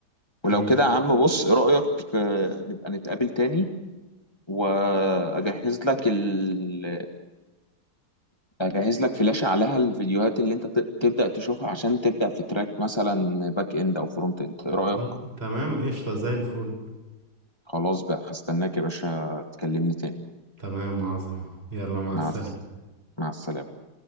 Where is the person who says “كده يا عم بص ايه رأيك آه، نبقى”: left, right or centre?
Left